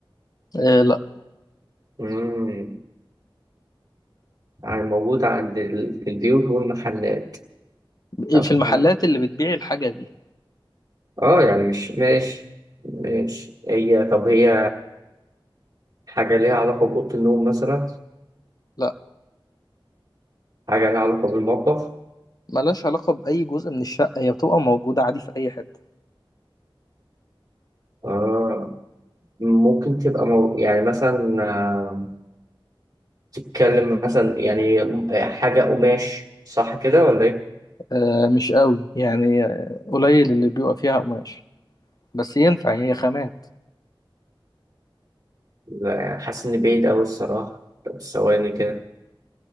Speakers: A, on the left; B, on the right.
A: آه لا
B: امم يعني موجود عند ال... في البيوت والمحلات
A: إيه،
B: طب
A: في المحلات
B: ها
A: اللي بتبيع الحاجه دي
B: اه يعني مش ماشي ماشي هي طب هي حاجه ليها علاقه باوضه النوم مثلا
A: لا
B: حاجه ليها علاقه بالمطبخ
A: ملهاش علاقه باي جزء من الشقه هي بتبقى موجوده عادي في اي حته
B: اه ممكن تبقى مو... يعني مثلا آه، تتكلم مثلا يعني آه، حاجه قماش صح كده ولا ايه
A: آه مش قوي يعني آه، قليل اللي بيبقى فيها قماش بس ينفع هي خامات
B: لا يعني حاسس إن بعيد أوي الصراحة طب ثواني كده